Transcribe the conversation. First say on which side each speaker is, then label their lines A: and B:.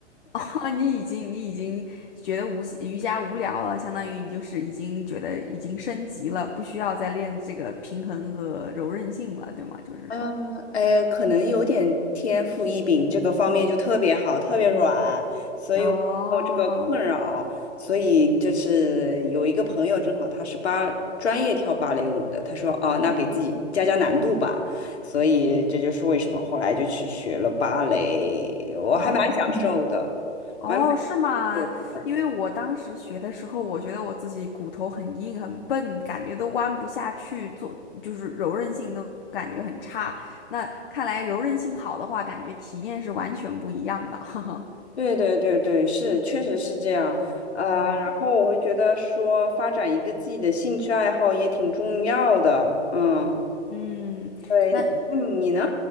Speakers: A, on the left; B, on the left.
A: 哦，你已经你已经觉得无瑜伽无聊了，相当于你就是已经觉得已经升级了，不需要再练这个平衡和柔韧性了，对吗？就是说，
B: 嗯，哎，可能有点天赋异禀，这个方面就特别好，特别软，所以我没有这个困扰。
A: 哦
B: 所以就是有一个朋友，正好他是芭专业跳芭蕾舞的，他说哦，那给自己加加难度吧。所以这就是为什么后来就去学了芭蕾，我还蛮享受的，
A: 哦哦，
B: 我还蛮享受的。
A: 是吗？因为我当时学的时候，我觉得我自己骨头很硬很笨，感觉都弯不下去，做就是柔韧性都感觉很差。那看来柔韧性好的话，感觉体验是完全不一样的。<laughs>
B: 对对对对，是，确实是这样。呃，
A: 哦，
B: 然后我会觉得说，发展一个自己的兴趣爱好也挺重要的。嗯，
A: 嗯，
B: 对，
A: 那。
B: 那你呢？